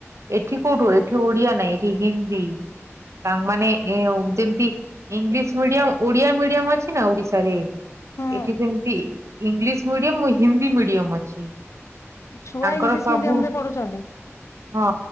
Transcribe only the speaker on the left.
ହୁଁ
ଛୁଆ
ଇଂଲିଶ
ମିଡିୟମ ରେ ପଢୁଛନ୍ତି